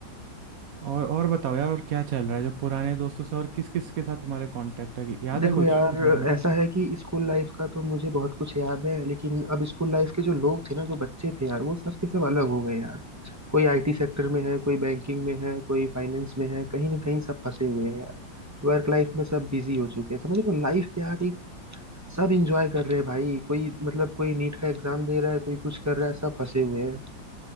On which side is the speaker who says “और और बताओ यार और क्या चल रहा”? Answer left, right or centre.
Right